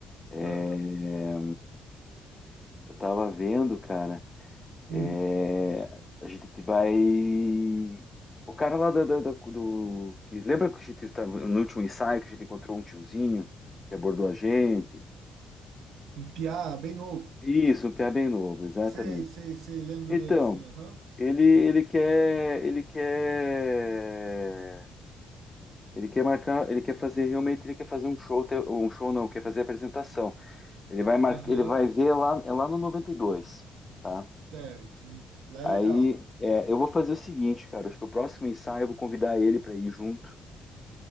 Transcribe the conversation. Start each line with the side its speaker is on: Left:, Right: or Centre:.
Left: É...
Right: Ah,
Left: Eu tava vendo, cara. é,
Right: hum,
Left: A gente vai. O cara lá da, da- da- do. Que... Lembra que a gente estava no último ensaio que a gente encontrou um tiozinho que abordou a gente?
Right: um piá bem novo.
Left: Isso, um piá bem novo, exatamente.
Right: Sei, sei, sei, lembro
Left: Então,
Right: dele, sim, aham.
Left: ele, ele quer. Ele quer. Ele quer marcar. Ele quer fazer realmente. Ele quer fazer um show. te- Um show não, quer fazer apresentação. Ele vai, mar...
Right: Aham,
Left: ele vai ver lá, é lá no noventa e dois tá?
Right: certo. Lá
Left: Aí
Right: é legal.
Left: é, eu vou fazer o seguinte, cara. Acho que o próximo ensaio eu vou convidar ele para ir junto,